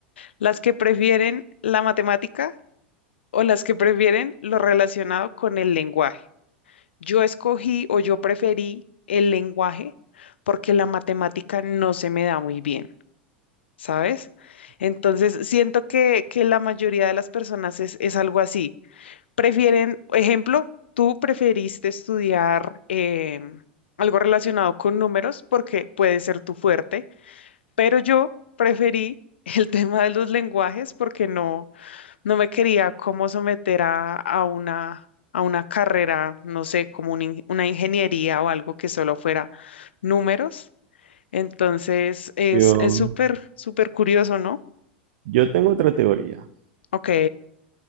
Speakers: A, on the left (about 85°); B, on the right (about 65°).
A: las que prefieren la matemática o las que prefieren lo relacionado con el lenguaje. Yo escogí o yo preferí el lenguaje porque la matemática no se me da muy bien. ¿sabes? Entonces, siento que, que la mayoría de las personas es, es algo así. Prefieren, ejemplo, tú preferiste estudiar em, algo relacionado con números porque puede ser tu fuerte, pero yo preferí <laughs> el tema de los lenguajes porque no, no me quería como someter a, a una... a una carrera, no sé, como un in- una ingeniería o algo que solo fuera números. Entonces, es
B: yo,
A: es súper, súper curioso, ¿no?
B: yo tengo otra teoría.
A: Ok,